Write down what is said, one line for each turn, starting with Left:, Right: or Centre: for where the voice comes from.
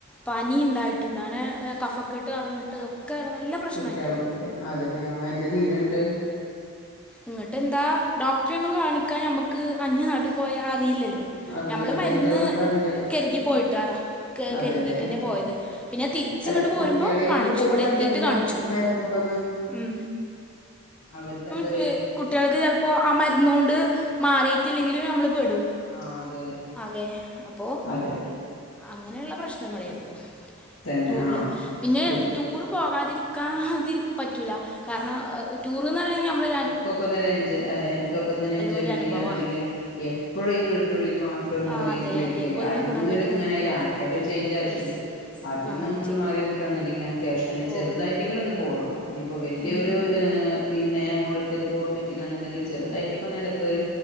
Centre: പനി ഉണ്ടായിട്ടുണ്ടനെ കഫക്കെട്ട് പറഞ്ഞിട്ട് ഒക്കെങ്ങനെ നല്ല പ്രശ്നമായിട്ടുണ്ട്
Left: കുട്ട്യാൾക്കൊക്കെല്ലേ അതല്ലെ ആഹ എന്താ ചെയ്തന്ന്ട്ട്
Centre: ഇങ്ങട്ട് എന്താ ഡോക്ടറെ ഒന്നും കാണിക്കാൻ നമുക്ക് അന്യ നാട്ടിൽ പോയാ അറിയില്ലല്ലോ.
Left: അറിയ
Centre: ഞമ്മള്
Left: ഇവിടെ
Centre: മരുന്ന്
Left: എന്താന്നൊക്കെ അറിയില്ലല്ലോ
Centre: കരുതി പോയിട്ടാ ക
Left: അതെല്ലേ
Centre: കരുതിയിട്ട്ന്നെ പോയത്. പിന്നെ തിരിച്ച്
Left: അല്ല
Centre: ഇങ്ങോട്ട് പോരുമ്പോ
Left: കുട്ടികളെയും
Centre: കാണിച്ചു
Left: കൊണ്ട് പോകുമ്പോ
Centre: ഇവിടെ
Left: അല്ലെങ്കിലും
Centre: എത്തിട്ട് കാണിച്ചു
Left: മരുന്നൊക്കെ
Centre: ഉം
Left: അവർക്ക്ന്തേ
Centre: അ് കുട്ട്യാൾക്ക് ചിലപ്പോ ആ മരുന്നോണ്ട് മാറിയിട്ടില്ലെങ്കിലും നമ്മള് പെടും.
Left: ആ അതെ അതെ
Centre: ആകെ അപ്പോ
Left: അതെ
Centre: അങ്ങനെയുള്ള പ്രശ്നങ്ങളേ ഉള്ളൂ
Left: തന്നെ
Centre: ടൂറില്
Left: ആ
Centre: പിന്നെ
Left: ടു
Centre: ടൂറ് പോകാതിരി ക്കാതിരി പറ്റൂല്ല കാരണം ടൂർന്ന് പറഞ്ഞ് കഴിഞ്ഞാൽ നമ്മൾ
Left: കൊക്കൊന്ന് ഒരഞ്ചോയ് അതെ എനിക്കൊക്കൊന്നിങ്ങനെ എൻജോയ്മെന്റ്
Centre: ഒരു അനുഭവമാണ്
Left: ചെയ്യണന്നുണ്ടങ്കിൽ എപ്പോഴുംഈ വീട്ടിന്റെ ഉള്ളിൽ മാത്രം ത്രം ഇങ്ങനെ
Centre: ആ
Left: ഒതുങ്ങി
Centre: അതെ
Left: കൂടി ഇരിക്കല്ലേ
Centre: അതെ ഒതുങ്ങിക്കൂടാൻ
Left: അതിൽന്നും
Centre: പറ്റുമോ
Left: ഇങ്ങനെ ആയാലും
Centre: പറ്റില്ല
Left: ആർക്കായാലും ഒര് ചേഞ്ച് ആവശ്യല്ലേ
Centre: യെസ്
Left: അതിൽ
Centre: ആ
Left: നിന്നൊട്
Centre: ചെ
Left: മാറി നിൽക്കണംന്നുണ്ടെങ്കി അത്യാവശ്യത്തിന് ചെറുതായിട്ടെങ്കിലും
Centre: ഓ
Left: ഒന്ന് പോണം. ഇനിയിപ്പോ വലിയൊരു
Centre: ഉം.
Left: പിന്നെ എമൗണ്ട് എടുത്തിട്ട് പോവാൻ പറ്റിയില്ലാന്നുണ്ടെങ്കിൽ ചെറുതായിട്ടൊക്കെന്നെടക്കൊരു